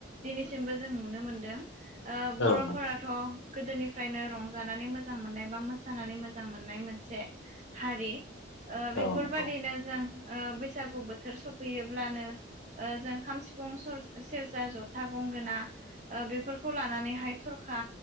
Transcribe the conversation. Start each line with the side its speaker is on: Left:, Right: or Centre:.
Right: दिनैसिमबो जों नुनो मोनदों। बर'फोराथ'
Left: औ नंगौ
Right: गोदोनिफ्रायनो रंजानानै मोजां मोननाय बा मोसानानै मोजां मोननाय मोनसे हारि बेफोरबादिनो
Left: औ नंगौ
Right: जों बैसागु बोथोर सफैयोब्लानो जों खाम सिफुं सेरजा जथा गंगोना बेफोरखौ लानानैहाय थरखा